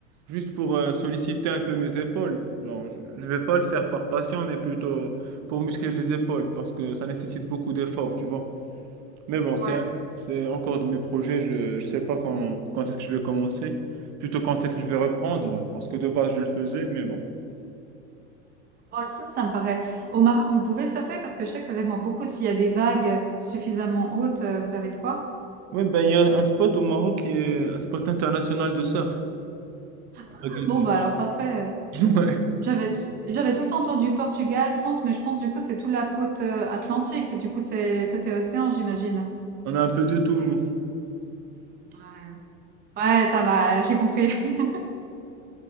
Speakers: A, on the right (about 45°); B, on the right (about 25°).
A: juste pour euh, solliciter un peu mes épaules. Genre, je ne vais pas le faire par passion, mais plutôt pour muscler les épaules, parce que ça nécessite beaucoup d'efforts, tu vois. Mais bon, c'est
B: ouais.
A: c'est encore dans mes projets. Je ne sais pas quand, quand est-ce que je vais commencer. Plutôt quand est-ce que je vais reprendre. Parce que de base, je le faisais, mais bon.
B: Bon, le surf, ça me paraît au Maroc, vous pouvez surfer? Parce que je sais que ça dépend beaucoup s'il y a des vagues suffisamment hautes, heu, vous avez de quoi?
A: Ouais, ben, il y a un spot au Maroc qui est un spot international de surf. À
B: Ah
A: Agadir.
B: bon, bah, alors parfait.
A: <laughs> Ouais,
B: J'avais t j'avais tout le temps entendu Portugal, France, mais je pense, du coup, c'est toute la côte, heu, atlantique. Du coup, c'est côté océan, j'imagine?
A: on a un peu de tout, nous.
B: Ouais. Ouais, ça va, heu, j'ai compris. <laughs>